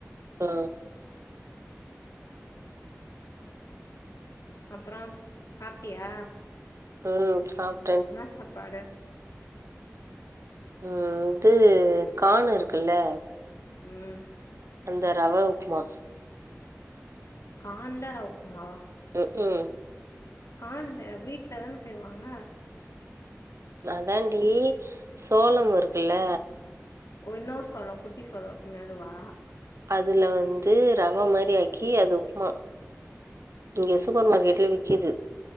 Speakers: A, on the right (about 65°); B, on the left (about 70°).
A: ஆ
B: அப்றோ சாப்ட்டியா
A: உம் சாப்
B: என்ன சாப்பாடு
A: ம் த்து கான்னு இருக்குல்ல
B: ம்
A: அந்த ரவ உப்மா
B: கான்ல ரவ உப்மாவா
A: ம் ம்
B: கான்லையா வீட்ல தான செய்வாங்க.
A: அதான்டி சோளம் இருக்குல்ல
B: ஓ இன்னொரு சோளம் குட்டி சோளம் இருக்குமே அதுவா
A: அதுல வந்து ரவ மாரி ஆக்கி அது உப்மா இங்கே சூப்பர் மார்க்கெட்ல விக்குது